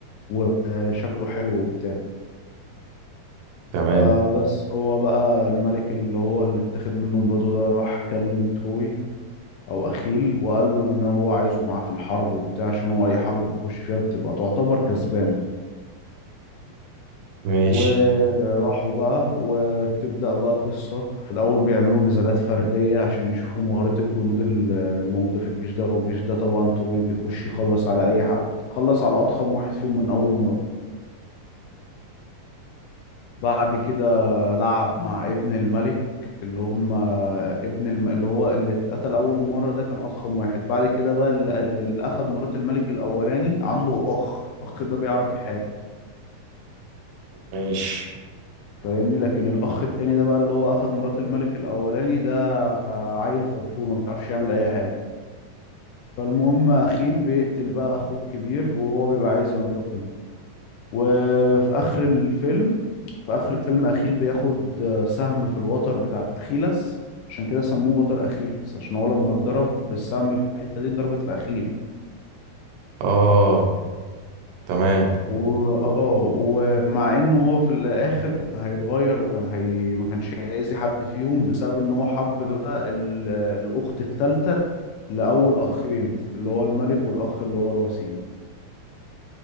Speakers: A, on the left (about 80°); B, on the right (about 90°).
A: وشكله حلو وبتاع
B: تمام
A: فبس هو بقى الملك اللي هو اللي اتخذ منه مراته ده راح كلم تروي او اخيل وقال له ان هو عايزه معاه في الحرب وبتاع عشان هو اي حرب بيخش فيها بتبقى تعتبر كسبانة
B: ماشي
A: وراحوا بقى وتبدأ بقى قصة في الأول بيعملوا نزالات فردية عشان يشوفوا مهارة الجنود ال- اللي موجودة في الجيش ده والجيش ده طبعا تروي بيخش يخلص على أي حد خلص على أضخم واحد فيهم من أول مرة بعد كده لعب مع ابن الملك اللي هم ابن الم... اللي هو اللي اتقتل أول مرة ده كان أضخم واحد بعد كده بقى اللي, اللي أخد مرات الملك الأولاني عنده أخ أخ ده بيعرف يحارب
B: ماشي
A: فاهمني لكن الأخ التاني ده بقى اللي هو أخد مرات الملك الأولاني ده عيل فرفور ما بيعرفش يعمل أي حاجة فالمهم أخيل بيقتل بقى أخوه الكبير وهو بيبقى عايز ينتقم وفي آخر الفيلم في آخر الفيلم أخيل بياخد آه، سهم في الوتر بتاع أخيلس عشان كده سموه وتر أخيلس عشان هو لما اتضرب بالسهم في الحتة دي اتضربت في أخيل
B: اه تمام
A: و... اه ومع انه هو في الاخر كان هيتغير وكان هي... ما كانش هيأذي حد فيهم بسبب ان هو حب بقى ال... الاخت الثالثه لاول اخين اللي هو الملك والاخ اللي هو الوسيم